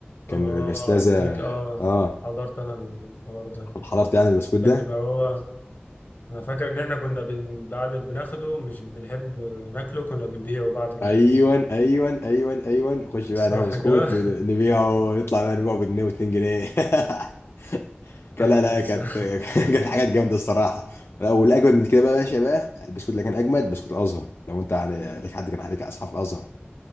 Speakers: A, on the left; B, on the left.
A: كان
B: اه
A: الاستاذه
B: عندك اه
A: اه
B: حضرت انا الحوار ده
A: حضرت يعني البسكوت ده
B: كان بيبقى هو انا فاكر ان احنا كنا بن... بعد بناخده مش بنحب ناكله كنا بنبيعه بعد المدرسة
A: ايوه ايوه ايوه ايوه نخش بقى
B: صح
A: ناكل بسكوت
B: كده
A: ن-
B: <laughs>
A: نبيعه نطلع بقى نبيعه بجنيه واتنين جنيه <laughs> كان
B: ايوه
A: لا لا
B: بالظبط
A: كانت <laughs> كانت حاجات جامده الصراحه لا، والاجمد من كده بقى يا باشا بقى البسكوت اللي كان اجمد بسكوت الازهر لو انت يعني لك حد كان عليك اصحاب الازهر